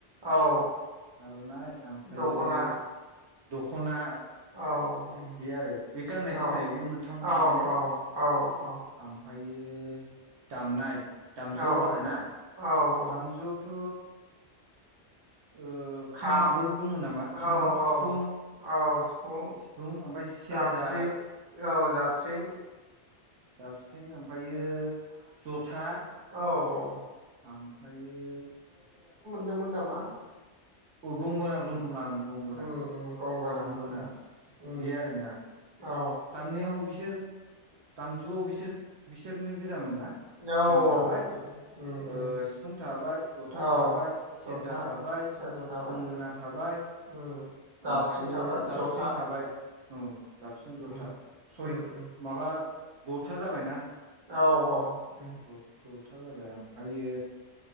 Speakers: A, on the right; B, on the right.
A: औ
B: आर'नाइ आमफायो
A: दख'ना
B: दख'ना
A: औ। उम
B: बे आरो बे गाननाय जोमनाय
A: औ
B: बे मोनथाम
A: औ
B: थांबायना
A: औ औ
B: आमफायो दामनाय दामजुआव
A: औ
B: आरोना
A: औ औ
B: दामजुआवथ' ओ
A: खाम
B: खामाबो दङ नामा खाम
A: औ औ
B: सिफुं
A: औ सिफुं
B: सिफुं आमफाय सेरजा
A: जाबस्रिं औ जापस्रिं
B: जाबसि्ं आमफायो जथा
A: औ औ
B: आमफायो
A: दंमोन नामा?
B: गंगोना बो दं खोमा ओम गंगना
A: उम उम गंगोना
B: गंगना
A: उम उम
B: बे आरोना
A: औ
B: दामनायाव बिसोर दामजुआव बिसोर बिसोरनो गोजामोन ना
A: औ
B: खाम थाबाय
A: बेनो उम
B: ओ
A: उम
B: सिफुं थाबाय जथा
A: औ
B: थाबाय सेरजा
A: जथा
B: थाबाय
A: सेरजा थाबाय
B: गंगोना थाबाय
A: उम जाबस्रिं
B: आमफायो
A: थाबाय
B: जाबस्रिं
A: जथा
B: थाबाय औ जाबसिन जथा
A: उम
B: सय
A: उम उम
B: माबा दथा जाबायना
A: औ औ। उम
B: द द था जाबाय आमफायो